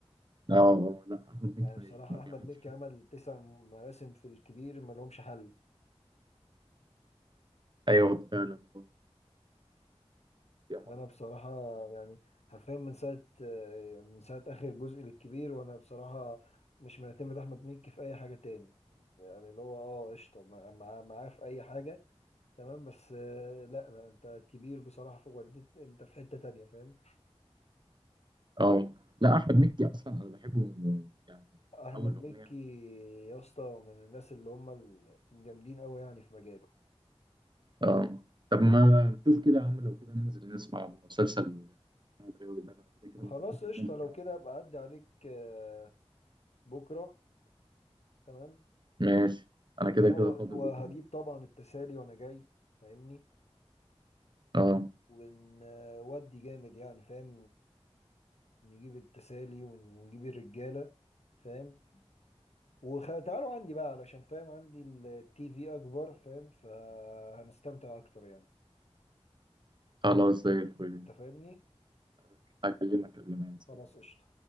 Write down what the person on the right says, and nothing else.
اه آه، لا احمد
مكي
ما
بيعملش
حاجة.
ايوه فعلا هو بيعمل
حاجة.
اه لا احمد مكي اصلا انا بحبه من- يعني
اول
اغنيه
اه طب ما شوف كده يا عم لو كده ننزل نسمع مسلسل الغاوي ده انا كده كده
ما كنتش
كملت
يعني
ماشي انا كده
كده فاضي
بكره برضه
اه
خلاص زي الفل
هكلمك قبل ما انسى
يعني